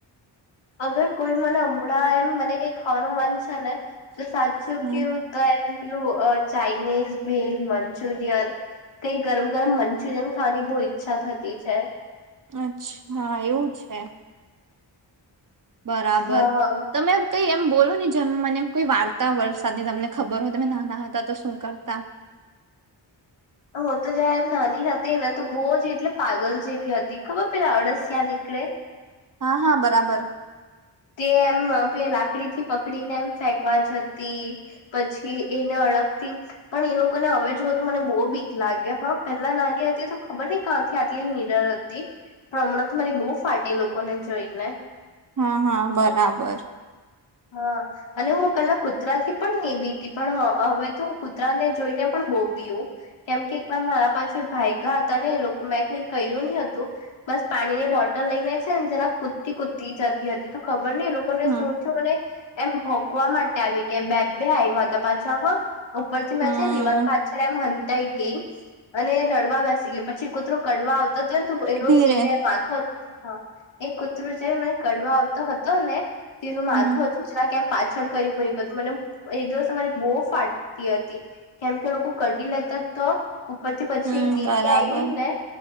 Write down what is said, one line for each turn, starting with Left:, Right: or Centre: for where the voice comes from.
Left: અગર કોઈ મને હમણાં એમ મને કઈ ખાવાનું મન છે ને તો સાચું
Right: હમ
Left: કેવું. તો એમ પીલુ અ ચાઈનીઝ ભેલ મંચુરિયન કઈ ગરમ ગરમ મન. મનચુર્યન ખાવાની બહુ ઈચ્છા થતી છે.
Right: અચ્છા એવું છે. બરાબર.
Left: હા
Right: તમે કઈ એમ બોલો ને જેમ મને એમ કોઈ વાર્તા વરસાદની તમને ખબર હોય તમે નાના હતા તો શું કરતા.
Left: હું તો જં એમ નાની હતી ને તો બહુ જ એટલે પાગલ જેવી હતી ખબર પેલા અડસિયા નીકળે.
Right: હા હા બરાબર.
Left: તે એમ બે લાકડીથી પકડીને એમ ફેંકવા જતી. પછી એને અડગથી. પણ એ લોકોને હવે જુઓ તો મને બહુ બીક લાગે હા પેલા નાની હતી તો ખબર નઈ. કાથી આટલી નિડર હતી પણ હમણાં તો મરી બહુ ફાટે લોકોને જોઈ ને.
Right: હા હા બરાબર.
Left: હા. અને હું પેલા કૂતરા થી પણ ની બીતી પણ હ હવે તો કૂતરાને જોઈને પણ બો બીઉ. કેમ કે એક વાર મારા પાછળ ભાઈગા હતા ને એ લોકો મેં કઈ કર્યું નહી હતું. બસ પાણી ની બોટલ લઈને છે ને જેના કૂદતી કૂદતી જતી હતી તો. ખબર નઈ એ લોકોને
Right: હમ
Left: શું થયું અને એમ ભોકવા માટે આવી ગયા કે બે. બે આઇવા હતા પાછા હ ઉપરથી મે
Right: હમ
Left: છે દિવાલ પાછળ એમ હતાઈ ગઈ. અને રડવા બેસી ગયા પછી કૂતરો કડવા આવતા હતો ને તો એનું
Right: ધીરે
Left: સિર મા. એ કૂતરું જે મને કડવા આવતો હતો ને તેનું માથું
Right: હમ
Left: હતું. કેમ પાછળ કરી મ હતું મને એ દિવસરી બહુ ફાટતી હતી. કેમ કે લોકો કઢી લેતા તો ઉપર થી પછી
Right: હમ
Left: એક દીદી
Right: બરાબર
Left: આવી ને.